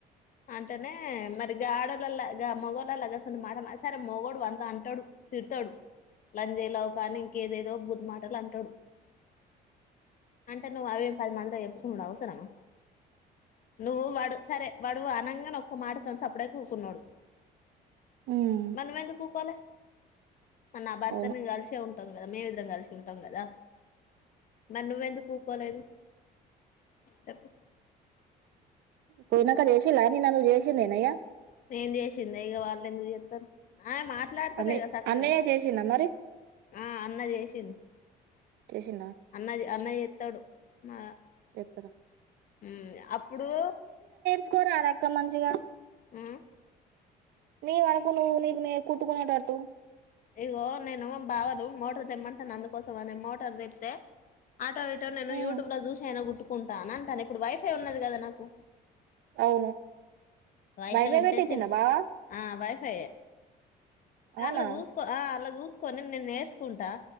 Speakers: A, on the left; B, on the right.
A: అంటేనే మరి గాడోలలాగా మొగోళ్లలాగాస్ం మాట సే మొగోడు వంద అంటాడు తిడతాడు జేలవకాని ఇంకేదైదో బుద్ మా అంటాడు అంట నువ్వు అవేం పది మందితో చెప్పుకోడం అవసరమా నువ్వు వాడు సరే అడు అనంగాన ఒక్క మాటతోన చప్పుడే కూకున్నాడు
B: ఉమ్
A: మనం ఎందుకు ఊకోవాలె మన ఆ భర్తను
B: అవును
A: కలిసే ఉంటది కదా మేం ఇద్దరం కలిసి కుంటాం కదా మరి నువ్వెందుకు ఊకోలేదు చెప్పు
B: కునాక చేసినాని నను జ చేసందేన అయ్య
A: ఏం చేసింది ఇగ వాళ్ళ ఎందుకు చెస్తారు ఆమె మాట్లాడతలే
B: అన్నయ్య
A: కదా సక్కగా
B: అన్నయ్య చేసిండా మరి
A: ఆ అన్న చేసిండు
B: చేసిండా
A: అన్న అన్న చెస్తాడు మా
B: చెప్తారా
A: ఊ అప్పుడు
B: స్కోర్ రాదక్క మంచిగా
A: ఊ
B: నీవు అనుకు నువ్వు నీకు నే కుట్టుకునేట అటు
A: ఇగో నేను బావను మోటార్ దెమ్మంటతాను అందుకోసం అనే మోటార్ దెత్తె ఆటో ఇటో నేను
B: ఉమ్,
A: యూట్యూబ్ లో చూస అయినా కుట్టుకుంటాను కానీ ఇప్పుడు వైఫై ఉన్నది కదా నాకు
B: అవును
A: వైఫై
B: వైవే
A: ఉంటే
B: పెట్టించిండా
A: చి
B: బావా
A: ఆ వైఫై పై యె
B: అవునా
A: అలా చూసుకో అలా చూ చూసుకొని నేను నేర్చుకుంటా